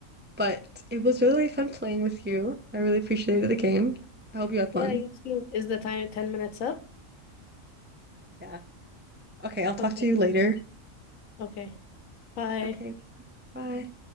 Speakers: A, on the right (about 15°); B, on the left (about 80°).
A: But it was really fun playing with you. I really appreciated the game. I hope you had fun.
B: Yeah, you too. Is the time 10 minutes up?
A: Yeah. Okay, I'll talk
B: Okay,
A: to you later.
B: okay. Bye.
A: Okay, bye.